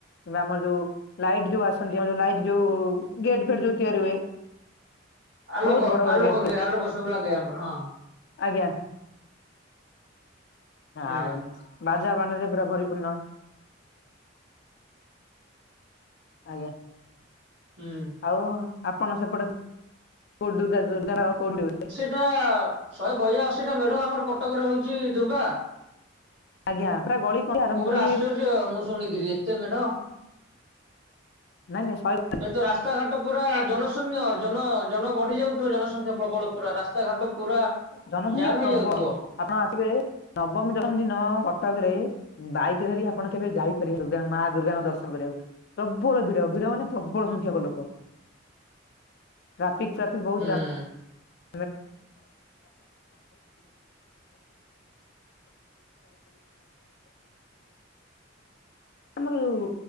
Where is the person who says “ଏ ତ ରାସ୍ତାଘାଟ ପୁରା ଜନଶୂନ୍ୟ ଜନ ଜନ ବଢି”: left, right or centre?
Right